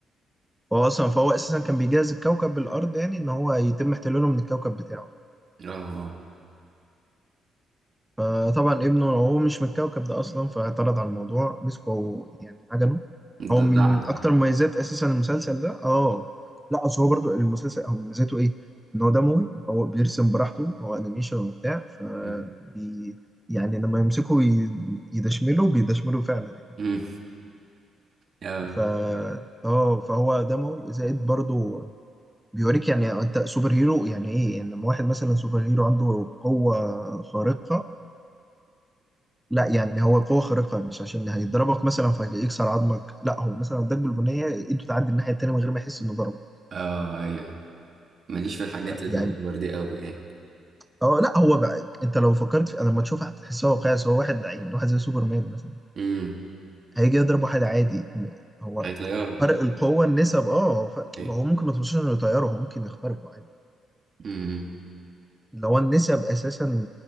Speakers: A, in the centre; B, on the right.
A: فهو اصلا فهو اساسا كان بيجهز الكوكب بالارض يعني ان هو يتم احتلاله من الكوكب بتاعه
B: اه اه
A: فطبعا ابنه هو مش من الكوكب ده اصلا فاعترض على الموضوع مسكه هو يعني عجنه هو
B: ده
A: من
B: دعكم
A: اكتر مميزات اساسا المسلسل ده اه لا اصل هو برضو المسلسل هو مميزاته ايه ان هو دموي هو بيرسم براحته هو انيميشن وبتاع ف
B: امم
A: بي يعني لما يمسكه ي- يدشمله بيدشمله فعلا
B: <laughs>
A: يعني
B: امم. اه
A: ف اه فهو دموي زائد برضو بيوريك يعني انت سوبر هيرو يعني ايه يعني لما واحد مثلا سوبر هيرو عنده قوة خارقة لا يعني هو قوة خارقة مش عشان هيضربك مثلا فيكسر عظمك لا هو مثلا اداك بالبنية ايده تعدي الناحية التانية من غير ما يحس انه ضربك
B: اه ايوه ماليش في الحاجات الأوفر
A: يعني
B: دي أوي يعني
A: اه لا هو بقى انت لو فكرت في انا لما تشوف هتحسها واقعي بس هو واحد لعين واحد زي سوبرمان مثلا
B: امم
A: هيجي يضرب واحد عادي م- هو
B: هيطيره
A: فرق القوة النسب اه هو فرق
B: أيوة.
A: ما هو ممكن ما توصلش انه يطيره هو ممكن يخترقه عادي
B: امم
A: اللي هو النسب اساسا